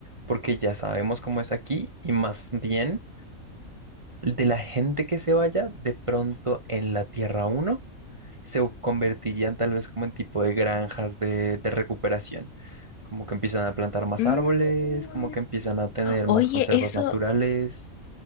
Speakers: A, on the right (about 35°); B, on the left (about 80°).
A: porque ya sabemos cómo es aquí y más bien de la gente que se vaya, de pronto en la Tierra Uno se u- convertirían tal vez como en tipo de granjas de, de recuperación, como que empiezan a plantar más
B: Mm,
A: árboles, como que empiezan a tener
B: Oye,
A: más conservas
B: eso
A: naturales.